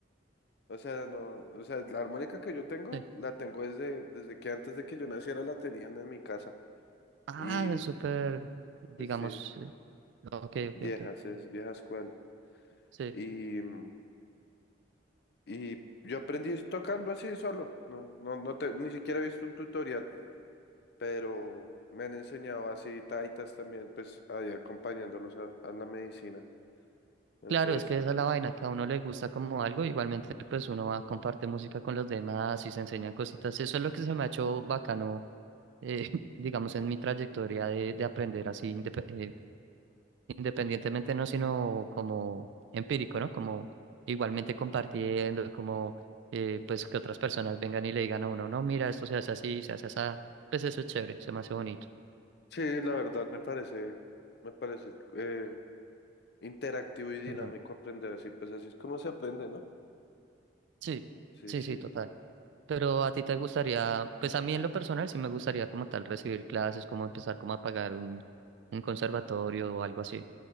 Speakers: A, on the left; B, on the right.
A: o sea, no, o sea, la armónica que yo tengo,
B: Sí.
A: la tengo desde, desde que antes de que yo naciera la tenían en mi casa.
B: Ah,
A: Y,
B: es súper, digamos,
A: pues sí,
B: eh, ok, ok,
A: viejas,
B: ok.
A: es vieja escuela.
B: Sí.
A: Y, mm, y yo aprendí tocando así solo, no, no, no te, ni siquiera he visto un tutorial. pero me han enseñado así taitas también, pues ahí acompañándolos a, a la medicina. Entonces,
B: Claro, es que esa es la vaina, que a uno le gusta como algo, igualmente pues uno va, comparte música con los demás y se enseña cositas. Eso es lo que se me ha hecho bacano, eh, <laughs> digamos, en mi trayectoria de, de aprender así, indepe- eh, independientemente, no, sino como empírico, ¿no? Como igualmente compartiendo, como eh, pues que otras personas vengan y le digan a uno, no, mira, esto se hace así, se hace así, pues eso es chévere, se me hace bonito.
A: sí, la verdad me parece, me parece eh, interactivo y dinámico
B: Perdón.
A: aprender así, pues así es como se aprende, ¿no?
B: Sí,
A: Sí,
B: sí,
A: sí.
B: sí, total. Pero a ti te gustaría, pues a mí en lo personal sí me gustaría como tal recibir clases, como empezar como a pagar un, un conservatorio o algo así.